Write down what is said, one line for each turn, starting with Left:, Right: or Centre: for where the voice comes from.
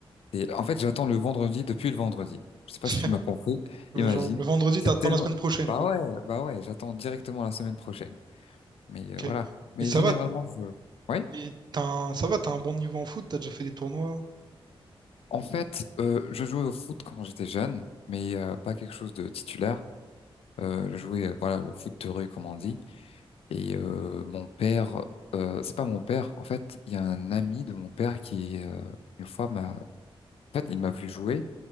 Left: et en fait, j'attends le vendredi depuis le vendredi. Je sais pas
Right: <laughs>
Left: si tu m'as compris, <laughs>
Right: Ouais,
Left: imagine.
Right: genre, le vendredi,
Left: C'est
Right: t'attends
Left: tellement...
Right: la semaine prochaine,
Left: Bah
Right: quoi.
Left: ouais, bah ouais, j'attends directement la semaine prochaine. Mais
Right: Ok.
Left: euh, voilà. Mais
Right: Et ça
Left: généralement,
Right: va,
Left: je... Oui?
Right: et t'as un... ça va, t'as un bon niveau en foot, t'as déjà fait des tournois.
Left: En fait, euh, je jouais au foot quand j'étais jeune, mais euh, pas quelque chose de titulaire. euh, je jouais euh, voilà le foot de rue comme on dit et euh, mon père euh, c'est pas mon père en fait il y a un ami de mon père qui euh, une fois m'a en fait il m'a vu jouer